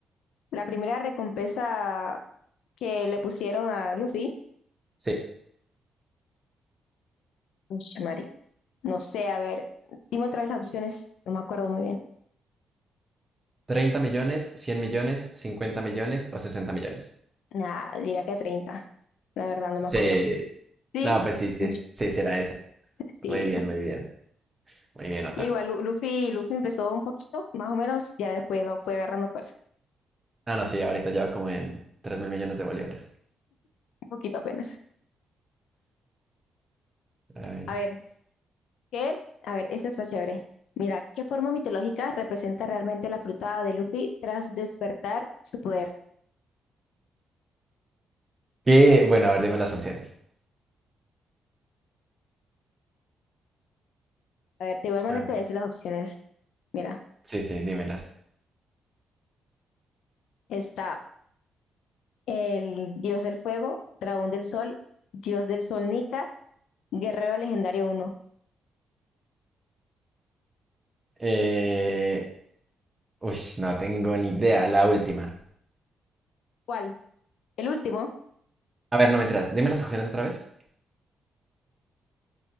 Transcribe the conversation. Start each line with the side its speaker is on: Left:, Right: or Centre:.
Left: la primera recompensa que le pusieron a Luffy,
Right: Sí,
Left: ush, Mari, no sé, a ver, dime otra vez las opciones, no me acuerdo muy bien.
Right: treinta millones, cien millones, 50 millones o 60 millones.
Left: Nada, diría que treinta La verdad, no me
Right: Sí.
Left: acuerdo. Sí,
Right: No, pues sí, sí,
Left: Uy,
Right: sí, será esa.
Left: Sí.
Right: Muy bien, muy bien. Muy bien, Otaku.
Left: Igual Lu- Luffy, Luffy empezó un poquito, más o menos, ya después va- fue agarrando fuerza,
Right: Ah, no, sí, ahorita lleva como en 3 mil millones de bolívares.
Left: un poquito apenas.
Right: Ay.
Left: A ver, ¿qué? A ver, esta está chévere. Mira, ¿qué forma mitológica representa realmente la fruta de Luffy tras despertar su poder?
Right: ¿Qué? Bueno, a ver, dime las opciones.
Left: A ver, de igual manera
Right: A ver,
Left: te voy a decir las opciones. Mira,
Right: sí, sí, dímelas.
Left: está el dios del fuego, dragón del sol, dios del sol Nika, guerrero legendario uno.
Right: Eh, uy, no tengo ni idea. La última.
Left: ¿Cuál? El último.
Right: A ver, no me enteras. Dime las opciones otra vez.